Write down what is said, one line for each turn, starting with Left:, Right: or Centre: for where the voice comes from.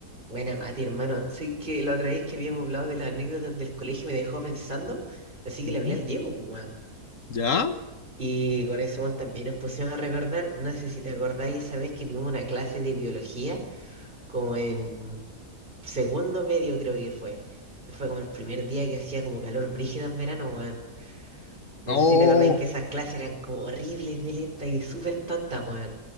Right: Buena, Mati, hermano. Sí, que la otra vez que habíamos hablado de las anécdotas del colegio me dejó pensando, así que
Left: Ujú.
Right: le hablé al Diego, pues, weón.
Left: ¿Ya?
Right: Y con eso, weón, también nos pusimos a recordar, no sé si te acordáis esa vez que tuvimos una clase de biología, como en segundo medio creo que fue, que fue como el primer día que hacía como calor brígido en verano, weón. No
Left: Oh,
Right: sé si te acordáis que esas clases eran como horribles de lentas y súper tontas, weón.